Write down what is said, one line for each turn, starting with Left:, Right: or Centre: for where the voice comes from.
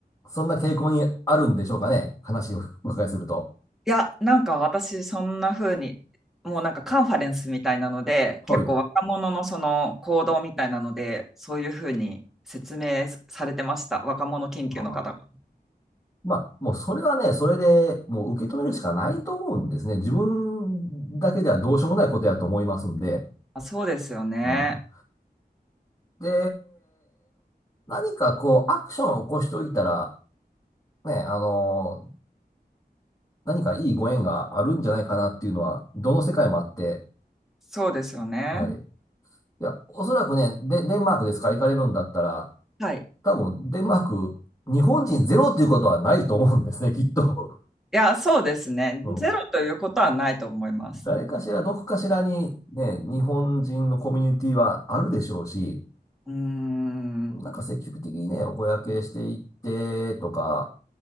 Left: そんな傾向にあるんでしょうかね。話をお伺いすると。
Centre: いや、なんか私、そんな風に、もうなんかカンファレンスみたいなので、
Left: はい。
Centre: 結構若者のその行動みたいなので、そういう風に説明されてました。若者研究の方が。
Left: あーまあ、もうそれはね、それでもう受け止めるしかないと思うんですね。自分だけではどうしようもないことやと思いますんで。
Centre: あそうですよね。
Left: うん。で、何かこう、アクションを起こしておいたら、ね、あの、何かいいご縁があるんじゃないかなっていうのは、どの世界もあって、
Centre: そうですよね。
Left: はい。いや、おそらくね、で、デンマークですか行かれるんだったら、
Centre: はい。い
Left: 多分、デンマーク、日本人ゼロっていうことはないと思うんですね、きっと。
Centre: や、そうですね。
Left: <laughs> うん
Centre: ゼロということはないと思います。
Left: 誰かしら、どこかしらにね、日本人のコミュニティはあるでしょうし、
Centre: うーん、
Left: なんか積極的にね、お声掛けしていってとか、